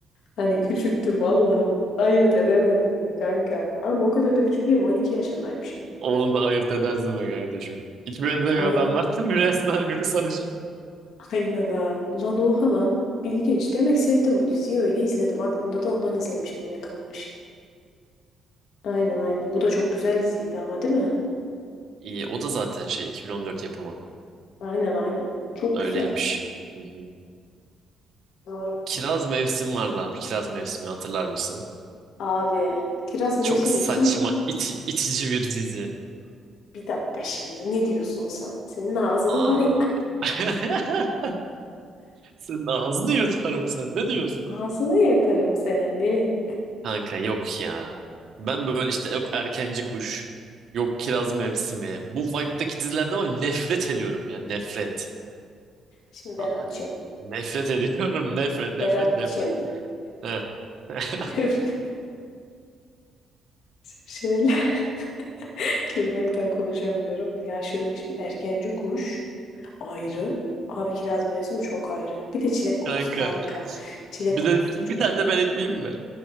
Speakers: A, on the left; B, on the right.
A: Hani küçüktüm Allah'ım. Ayırt edemedim mi kanka? Ama o kadar da küçük değilim. 12 yaşındaymışım.
B: Onu da ayırt edersin be kardeşim. Hiç benzemiyor
A: Aynen.
B: adamlar. <laughs> Biri esmer, biri sarışın.
A: Aynen ha. Lan oha lan. İlginç. Demek sevdim bu diziyi öyle izledim. Aklımda da ondan izlemişim diye kalmış. Aynen aynen. Bu da çok güzel diziydi ama değil mi?
B: İyi, o da zaten şey 2014 yapımı.
A: Aynen aynen. Çok
B: Öyleymiş.
A: güzel.
B: Hı hı.
A: Doğru.
B: Kiraz Mevsim vardı abi. Kiraz Mevsimi hatırlar mısın?
A: Abi. Kiraz mevsimli
B: Çok saçma,
A: kim? bu?
B: iti- itici bir dizi.
A: Bir dakika şimdi. Ne diyorsun sen? Senin ağzını
B: Aa.
A: var ya.
B: <laughs> Senin ağzını yırtarım sen. Ne diyorsun?
A: Ağzını yırtarım senin deli.
B: Kanka yok ya. Ben böyle işte yok erkenci kuş, yok kiraz mevsimi. Bu vibe'daki dizilerden var ya, nefret ediyorum ya nefret.
A: Şimdi Berat'cığım.
B: Ah, hani nefret ediyorum <laughs> nefret nefret
A: Berat'cığım.
B: nefret. Heh. <laughs>
A: <laughs> Nefret. Şöyle <laughs> gülmekten konuşamıyorum. Ya şöyle şimdi erkenci kuş. ayrı. Abi kiraz mevsimi çok ayrı. Bir de çilek kokusu
B: Kanka
A: harika. Çilek
B: bir
A: kokusu
B: de bir
A: da çok
B: tane de ben ekleyeyim mi?